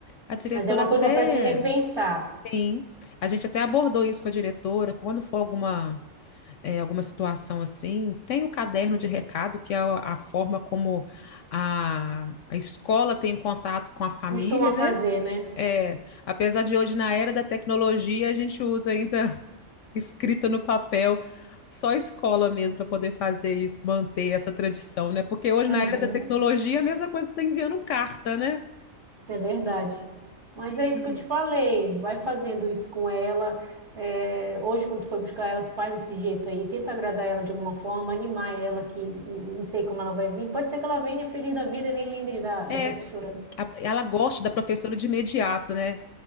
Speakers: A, on the left; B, on the right.
A: A diretora
B: Mas é uma
A: até,
B: coisa para te repensar.
A: sim, a gente até abordou isso com a diretora, quando for alguma é, alguma situação assim, tem o caderno de recado, que é a, a forma como a, a escola tem contato com a família,
B: Costuma fazer,
A: né?
B: né?
A: É, apesar de hoje, na era da tecnologia, a gente usa ainda <laughs> escrita no papel, só a escola mesmo para poder fazer isso, manter essa tradição, né? Porque hoje,
B: Uhum.
A: na era da tecnologia, é a mesma coisa que você tá enviando carta, né?
B: É verdade. Mas
A: E
B: é isso que eu te falei. Vai fazendo isso com ela. É, hoje, quando tu for buscar ela, tu faz desse jeito aí. Tenta agradar ela de alguma forma, animar ela, que n- não sei como ela vai vir. Pode ser que ela venha feliz da vida e nem lembre da, da
A: é,
B: professora, né?
A: a- ela gosta da professora de imediato, né?